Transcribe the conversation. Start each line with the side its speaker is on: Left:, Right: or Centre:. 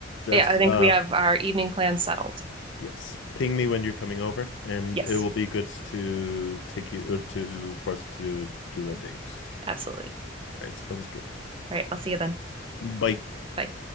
Left: Just
Right: Yeah, I think
Left: uh,
Right: we have our evening plans settled.
Left: yes, ping me when you're coming over, and
Right: Yes,
Left: it will be good to take you uh, to for us to do a date.
Right: absolutely.
Left: All right, sounds good.
Right: All right, I'll see you then.
Left: Bye.
Right: Bye.